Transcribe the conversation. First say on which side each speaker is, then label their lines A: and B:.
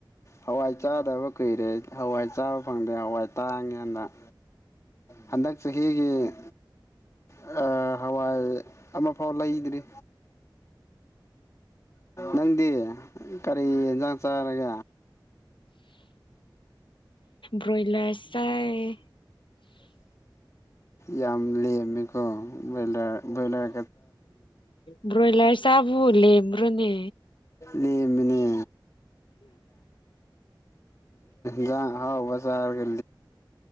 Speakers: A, on the left; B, on the left.
A: ꯍꯋꯥꯏ ꯆꯥꯗꯕ ꯀꯨꯏꯔꯦ ꯍꯋꯥꯏ ꯆꯥꯕ ꯐꯪꯗꯦ ꯍꯋꯥꯏ ꯇꯥꯡꯉꯦꯟꯗ ꯍꯟꯗꯛ ꯆꯍꯤꯒꯤ ꯍꯋꯥꯏ ꯑꯃꯐꯥꯎ ꯂꯩꯗ꯭ꯔꯤ ꯅꯪꯗꯤ ꯀꯔꯤ ꯌꯦꯟꯖꯥꯡ ꯆꯥꯔꯒꯦ
B: ꯕ꯭ꯔꯣꯏꯂꯔ ꯆꯥꯏ
A: ꯌꯥꯝ ꯂꯩꯃꯤꯀꯣ ꯣꯏꯔ ꯭ꯔꯣꯣꯏꯂꯔ
B: ꯕ꯭ꯔꯣꯣꯏꯂꯔ ꯆꯕꯨ ꯂꯕ꯭ꯔꯣꯅꯦ
A: ꯂꯩꯃꯤꯅꯦ ꯌꯥ ꯍꯥꯎ ꯋꯥ ꯆꯥꯔꯒ